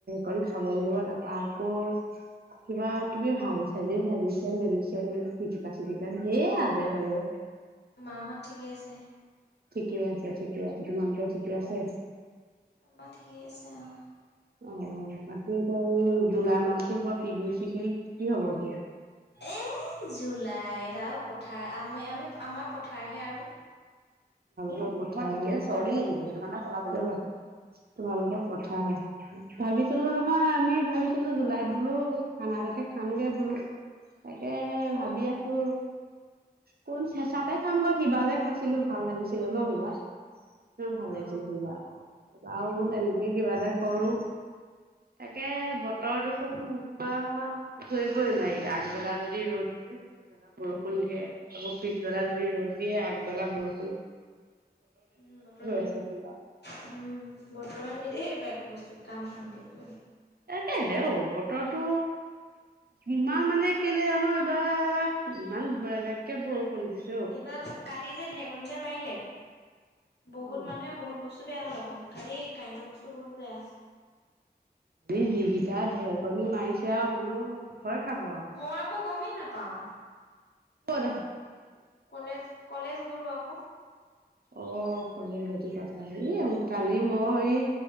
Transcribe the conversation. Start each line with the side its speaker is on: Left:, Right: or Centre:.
Right: কৰি খাব লাগিব তাৰপা আকৌ কিবা কিবি ভাজি চাজি ভাজি মেছিয়া এইবিলাক পিটিকা চিটিক সে আজে পাজে
Left: মাহত ঠিকেই আছে
Right: ঠিকে আছে ঠিকেও আছে তোমালোকৰ ঠিকে আছে
Left: আমাৰ ঠিকেই আছে অ'।
Right: অ বাকি ত জুলাই মাহটো কোৱা পিকনিক চিকনিক কি হ'ব এতিয়া
Left: এ জুলাইত আৰু পথাৰ আমি আমি আমাৰ পথাৰহে আৰু
Right: তোমোকৰ চদি লিব সেইটো কাৰেল তোমালোকৰ পথা ভাবিছিলো নহয় আমি ভাবিছিলো জুলাইত বোলো খানা এাকে খামগে বোলো তাকে
Left: ক'ত
Right: ভাবি আছো কোন চচাতে খামগৈ কিবা যে খাইছিলো ভাল লাগিছিলে ন সিবা ভাল
Left: অ',
Right: লাগিছিল কিবা আকৌ কিব এনেকে
Left: উম,
Right: কিবা এটা কৰো তাকে বতৰ দেখোন ধৰিবই নোৱাৰি আগবেলা যদি ৰ'দ দিয়ে পিছবেলা বৰষুণ দিয়ে আকৌ পিছবেলা
Left: উম,
Right: যদি ৰ'দ দিয়ে আকবেলা ব
Left: উম বতৰ এনেকে
Right: আছে চোন
Left: উম বতৰে নিদেই বা একো বস্তু কাম শান্তিত কৰি
Right: তে হে অ বতৰটো ইমান মানে কেলে জানো এইবাৰ ইমান বেলেগকে বৰষুণ দিছে অ।
Left: এইবাৰ কালি যে ঢেকুজা মাৰিলে <unintelligible> বহুত মানুহে বহুত বস্তু বেয়া হ'ল আকৌ খালি কাৰেণ্টৰ বস্তু বহুত বেয়া হৈছে
Right: এই যিকিটা ঢেৰকনি মাৰিছে আৰু মানহ হয় খাব আৰু
Left: মই আকৌ গমেই নাপাওঁ
Right: বত
Left: কলেজ কলেজ গ'ল আকৌ
Right: অ কলে সতি কথা হ কালি মই এই